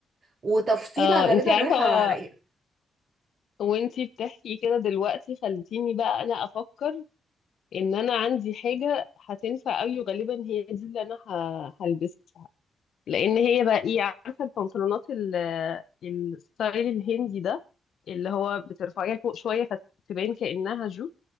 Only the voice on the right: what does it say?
وتفصيلة
غالبا
رايحة رقيقة